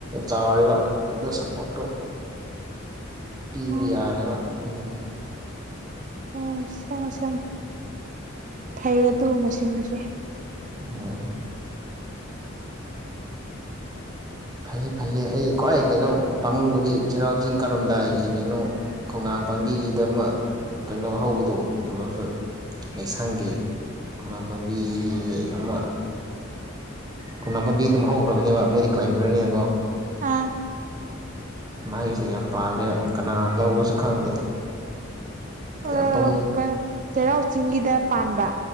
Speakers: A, on the right; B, on the right.
A: ꯆꯥꯎꯔꯦꯕ ꯑꯗꯨ ꯁꯞꯄꯣꯔꯠꯇꯨ ꯄꯤꯕ
B: ꯎꯝ
A: ꯌꯥꯔꯦꯕ ꯑꯗꯨꯒꯤ
B: ꯑꯣ ꯁꯦꯝꯃꯣ ꯁꯦꯝꯃꯣ ꯐꯩꯌꯦ ꯑꯗꯨꯒꯨꯝꯕ ꯁꯦꯝꯕꯥꯁꯨ
A: ꯑꯣ ꯐꯩꯌꯦ ꯐꯩꯌꯦ ꯑꯩ ꯈ꯭ꯋꯥꯏ ꯀꯩꯅꯣ ꯄꯥꯝꯃꯨꯕꯗꯤ ꯆꯩꯔꯥꯎ ꯆꯤꯡ ꯀꯥꯔꯝꯗꯥꯏꯒꯤ ꯀꯩꯅꯣ ꯈꯣꯡꯅꯥꯡ ꯄꯥꯝꯕꯤꯗ ꯑꯃ ꯀꯩꯅꯣ ꯍꯧꯕꯗꯣ ꯗ꯭ꯔꯒꯟ ꯐ꯭ꯔꯨꯏꯠ ꯂꯩꯩꯁꯪꯒꯤ ꯈꯣꯡꯅꯥꯎ ꯄꯥꯝꯕꯤ ꯑꯃ ꯈꯣꯡꯅꯥꯡ ꯄꯥꯝꯕꯤ ꯑꯗꯨꯝ ꯍꯧꯈ꯭ꯔꯕꯅꯦꯕ ꯃꯣꯏꯗꯤ ꯀ꯭ꯂꯥꯏꯕꯔꯅꯤꯅꯥꯀꯣ
B: ꯑꯥ
A: ꯃꯍꯩꯁꯨ ꯌꯥꯝ ꯄꯥꯜꯂꯦꯕ ꯀꯅꯥ ꯂꯧꯕꯁꯨ ꯈꯪꯗꯦ
B: ꯑꯥ
A: ꯌꯥꯝ ꯄꯥꯝꯃꯨꯏ
B: ꯀꯩꯅꯣ ꯆꯩꯔꯥꯎ ꯆꯤꯡꯒꯤꯗ ꯄꯥꯟꯕ